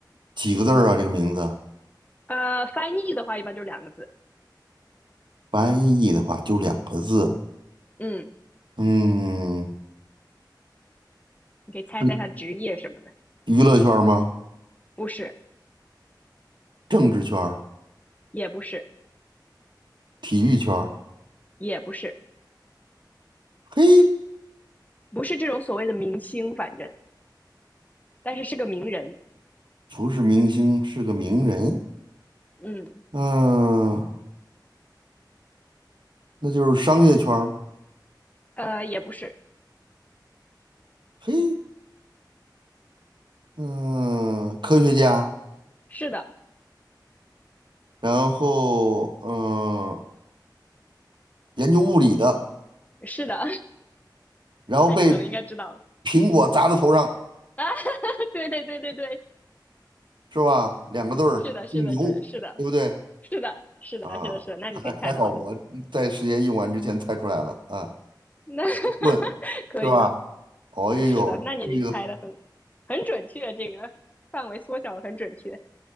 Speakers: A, on the right; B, on the left.
A: 几个字儿啊？这个名字
B: 呃，翻译的话一般就两个字，
A: 翻译的话就两个字。
B: 嗯，
A: 嗯，
B: 你可以猜猜他职业什么的，
A: 是娱乐圈儿吗？
B: 不是，
A: 政治圈儿、
B: 也不是，
A: 体育圈儿？
B: 也不是，
A: 嘿，
B: 不是这种所谓的明星，反正但是是个名人，
A: 不是明星，是个名人。
B: 嗯，
A: 嗯，那就是商业圈儿。
B: 呃，也不是，
A: 嘿，嗯，科学家，
B: 是的，
A: 然后嗯，研究物理的，
B: 是的，<laughs>
A: 然后被
B: 那你可能应该知道了
A: 苹果砸到头上，
B: 啊，<laughs> 对对对对对，
A: 是吧？两个字儿，
B: 是的，
A: 姓牛，
B: 是的，是的是的，
A: 对不对？
B: 是的，是的，
A: 啊，
B: 是的，是的，那你肯定猜到了，
A: 还还好我在时间用完之前猜出来了啊，
B: 那 <laughs>
A: 问是吧？
B: 可以的，
A: 哦哎呦，
B: 是的，那你就猜的很
A: 这个
B: 很准确，这个范围缩小的很准确，